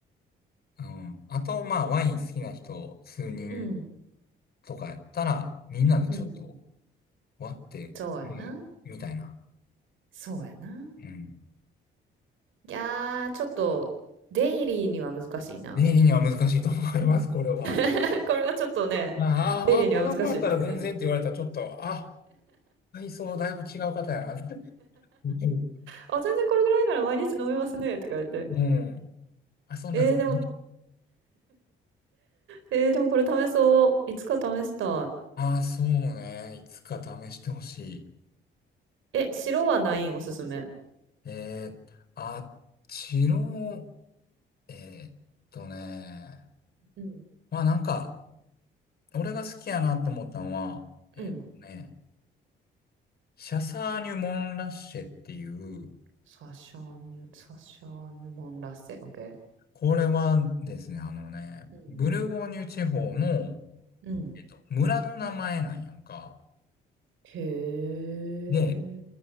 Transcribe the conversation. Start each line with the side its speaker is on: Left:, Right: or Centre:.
Left: うん。あと、まあ、ワイン好きな人、数人
Right: うん、
Left: とかやったら、みんなでちょっと
Right: うん、うん。
Left: 割って入れみたいな。
Right: そうやな。そうやな。
Left: うん。
Right: いやー、ちょっと、デイリーには難しいな。
Left: 例には難しいと思います、これは。
Right: <laughs> これはちょっとね、
Left: まああ、
Right: デイリーには難しいですね。
Left: あこんなもんやったら全然って言われたらちょっと、あ、体操だいぶ違う方やな。うん。
Right: あ、全然これぐらいなら毎日飲めますね、って書って。
Left: うんあ、そうなんですね。
Right: えー、でも、えー、でもこれ試そう。いつか試した
Left: あ、そうね。いつか試してほしい。
Right: い。え、白はないんおすすめ。
Left: えー、あっちの、えーっとね。
Right: うん。
Left: まあなんか、俺が好きやなって思ったのは、えーっとね、
Right: うん。
Left: シャサーニュ・モン・ラッシェっていう、
Right: サシャーヌサシャーヌ・モン・ラッセ、オッケ
Left: これはですね、あのね、
Right: ー。うん。
Left: ブルゴーニュ地方の、えっ
Right: うん。
Left: と、村の名前なんやんか。
Right: へえ。
Left: で、えっ